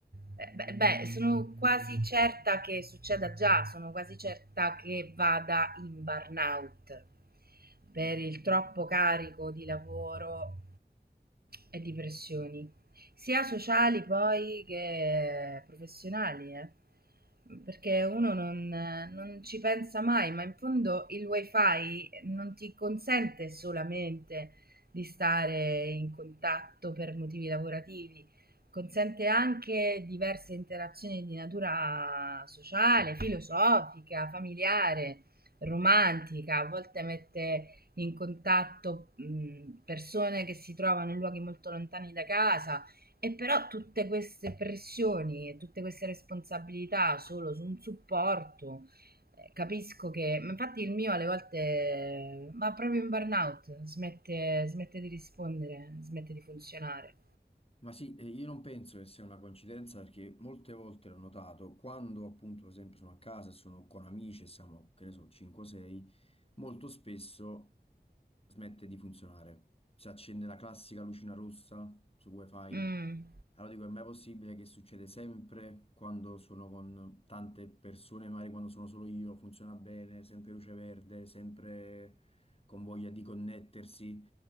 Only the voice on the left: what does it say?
Ma sì, e io non penso che sia una coincidenza perché molte volte l'ho notato, quando appunto per esempio sono a casa e sono con amici e siamo, che ne so, 5-6, molto spesso smette di funzionare. Si accende la classica lucina rossa su wifi.
Allora dico, è mai possibile che succede sempre quando sono con tante persone, magari quando sono solo io, funziona bene, sempre luce verde, sempre con voglia di connettersi.